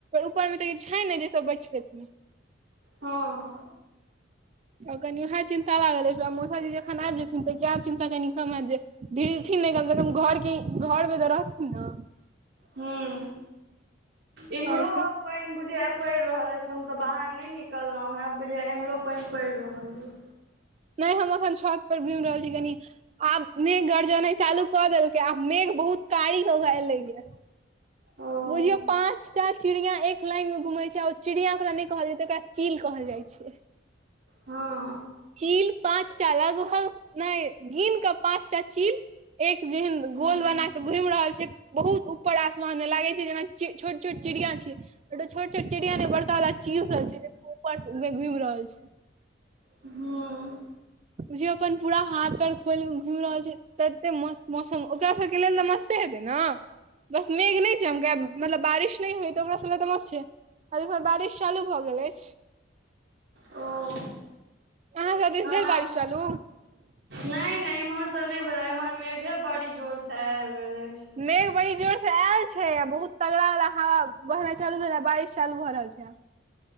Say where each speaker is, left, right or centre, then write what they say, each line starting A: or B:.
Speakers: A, on the right; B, on the right.
A: ऊपर में तऽ ई छै ने जे सब बच पेथिन
B: हँ
A: उ कनि उएह चिन्ता लागल अछि मौसा जी जखन आबि जेथिन तऽ क चिन्ता कनि कम हैत जे भीड़ थिन ने कम से कम घर के घर मे तऽ रहथिन ने
B: हूं इमरो
A: आओर सब
B: पनि बुझाय पड़ि रहल अछि हम तऽ बाहर नहि निकलहुॅं हें बुझाय एम्हरो पानि पड़ि रहल अछि
A: नय हम अखन छत पर घुमि रहल छी कनी आब मेघ गरजनाइ चालू कऽ देलकै आ मेघ बहुत कारी हो गेल एले यै
B: ओ
A: बुझियौ पाँचटा चिड़िया एक लाइन में घुम छै ओ चिड़िया ओकरा नय कहल जैते ओकरा चील कहल जाय छै
B: हँ
A: चील पाँचटा लगभग ने घिन के पाँचटा चील एक जेहन
B: हूँ
A: गोल बना के घुमि रहल छै बहुत ऊपर आसमान में लागे छै जेना छोट छोट चिड़िया छी छोट छोट चिड़िया ने बड़ काला चील सॅं छै जे उपरघुमि रहल छै
B: हं
A: जे अपन पूरा हाथ पैर खोल घुमि रहल छै तते मस्त मौसम ओकरा सबके लेल तऽ मस्ते हेतै ने बस मेघ नहि चमकै ब मतलब बारिश नहि होय तऽ ओकराँ सब लेल त मसत छै आब एमहर बारिश चालू भऽ गेल अछि
B: ओ
A: हँ सब दिस
B: ओना
A: भेल बारिश चालु
B: नहि नहि इम्हर तऽ नहि भेले एम्हर मेघे बड़ी जोर से आबि गेल अछि
A: मेघ बड़ी जोर से आयल छै आ बहुत तगड़ावला हावा बहना चलू ह बारिश चालू भरहल छै